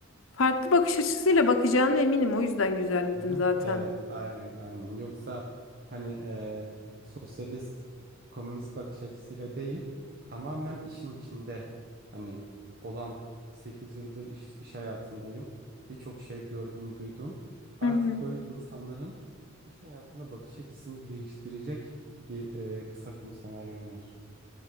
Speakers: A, on the left (about 75°); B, on the right (about 50°).
A: Farklı bakış açısıyla bakacağına eminim. O yüzden güzel dedim
B: Aha,
A: zaten.
B: evet, aynen, aynen. Yoksa hani eee, sosyalist, komünist bakış açısıyla değil, tamamen işin içinde hani olan 8 yıldır iş, iş hayatındayım. Birçok şey gördüm, duydum. Artık
A: Hı hı.
B: böyle insanların iş hayatına bakış açısını değiştirecek bir eee, kısa film senaryom var.